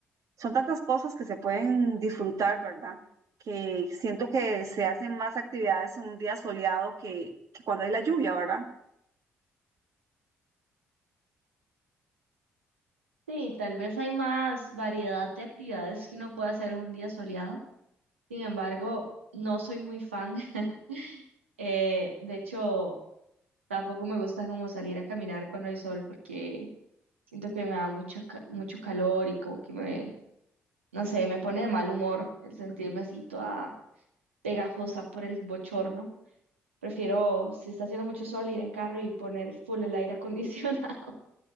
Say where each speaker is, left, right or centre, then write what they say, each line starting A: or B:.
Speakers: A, on the right (about 55°); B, on the right (about 90°).
A: Son tantas cosas que se pueden disfrutar, ¿verdad? Que siento que se hacen más actividades en un día soleado que, que cuando hay la lluvia, ¿verdad?
B: Sí, tal vez hay más variedad de actividades que uno puede hacer en un día soleado. Sin embargo, no soy muy fan. <laughs> Eh, de hecho, tampoco me gusta como salir a caminar cuando hay sol porque siento que me da mucho, ca- mucho calor y como que me, no sé, me pone de mal humor el sentirme así toda pegajosa por el bochorno. Prefiero, si está haciendo mucho sol, ir en carro y poner full el aire acondicionado.